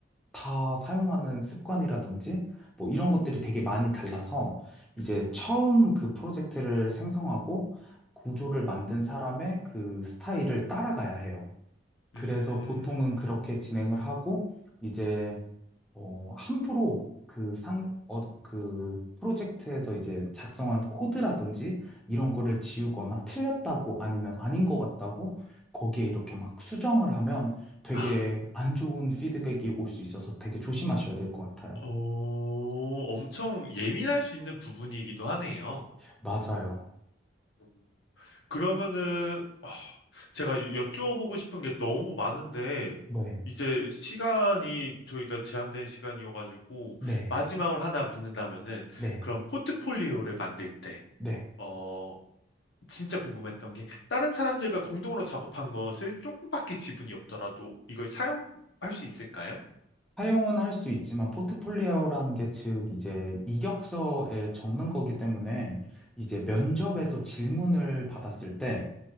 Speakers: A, in the centre; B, on the left (about 65°).
A: 다 사용하는 습관이라든지 뭐 이런 것들이 되게 많이 달라서 이제
B: 음,
A: 처음 그 프로젝트를 생성하고 구조를 만든 사람의 그 스타일을 따라가야 해요. 그래서
B: 음,
A: 보통은 그렇게 진행을 하고 이제 어, 함부로 그 상, 어, 그 프로젝트에서 이제 작성한 코드라든지 이런 거를 지우거나 틀렸다고 아니면 아닌 것 같다고 거기에 이렇게 막 수정을 하면 되게
B: 아,
A: 안 좋은 피드백이 올 수 있어서 되게 조심하셔야 될 것 같아요.
B: 오, 엄청 예민할 수 있는 부분이기도 하네요.
A: 맞아요.
B: 음. 그러면은, 아, 제가 여쭈어보고 싶은 게 너무 많은데,
A: 네,
B: 이제 시간이 저희가 제한된 시간이어가지고,
A: 네,
B: 마지막으로 하나 묻는다면은,
A: 네,
B: 그럼 포트폴리오를 만들 때,
A: 네.
B: 어, 진짜 궁금했던 게 다른 사람들과 공동으로 작업한 것을 조금밖에 지분이 없더라도 이걸 사용할 수 있을까요?
A: 사용은 할 수 있지만 포트폴리오라는 게 즉 이제 이력서에 적는 거기 때문에 이제 면접에서 질문을 받았을 때